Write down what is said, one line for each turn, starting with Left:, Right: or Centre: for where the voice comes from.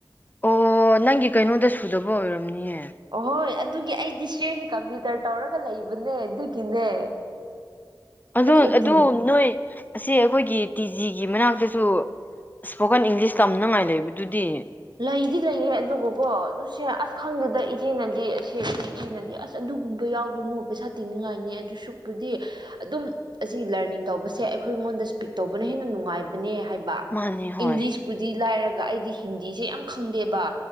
Left: ꯑꯣ ꯅꯪꯒꯤ ꯀꯩꯅꯣꯗ ꯁꯨꯗꯕ ꯑꯣꯏꯔꯝꯅꯤꯌꯦ
Right: ꯑꯣꯍꯣꯏ ꯑꯗꯨꯒꯤ ꯑꯩꯗꯤ ꯁꯤꯁꯤ ꯀꯝꯄ꯭ꯌꯨꯇꯔ ꯇꯧꯔꯒ ꯂꯩꯕꯅꯦ ꯑꯗꯨꯒꯤꯅꯦ
Left: ꯑꯗꯨ
Right: ꯑꯩꯠꯇꯤꯟ
Left: ꯑꯗꯨ ꯅꯣꯏ ꯑꯁꯤ ꯑꯩꯈꯣꯏꯒꯤ ꯇꯤ ꯖꯤꯒꯤ ꯃꯅꯥꯛꯇꯁꯨ ꯏꯁ꯭ꯄꯣꯀꯟ ꯏꯪꯂꯤꯁ ꯇꯝꯅꯉꯥꯏ ꯂꯩꯕꯗꯨꯗꯤ
Right: ꯂꯩꯗꯤ ꯂꯩꯌꯦ ꯑꯗꯨꯒꯀꯣ ꯑꯗꯨꯁꯦ ꯑꯁ ꯈꯪꯗꯦꯗ ꯏꯆꯦꯅꯗꯤ ꯑꯁꯦ ꯏꯆꯦꯅꯗꯤ ꯑꯁ ꯑꯗꯨꯒꯨꯝꯕ ꯌꯥꯎꯒꯅꯨ ꯄꯩꯁꯥ ꯇꯤꯡꯅꯤꯡꯉꯥꯏꯅꯤ ꯑꯗꯨ ꯁꯨꯛꯄꯨꯗꯤ ꯑꯗꯨꯝ ꯑꯁꯤ ꯂꯔꯅꯤꯡ ꯇꯧꯕꯁꯦ ꯑꯩꯈꯣꯏ ꯑꯩꯉꯣꯟꯗ ꯏꯁꯄꯤꯛ ꯇꯧꯕꯅ ꯍꯦꯟꯅ ꯅꯨꯡꯉꯥꯏꯕꯅꯦ ꯍꯥꯏꯕ
Left: ꯃꯥꯅꯦ ꯍꯣꯏ
Right: ꯏꯪꯂꯤꯁꯄꯨꯗꯤ ꯂꯥꯏꯔꯒ ꯑꯩꯗꯤ ꯍꯤꯟ ꯗꯤꯁꯦ ꯌꯥꯝ ꯈꯪꯗꯦꯕ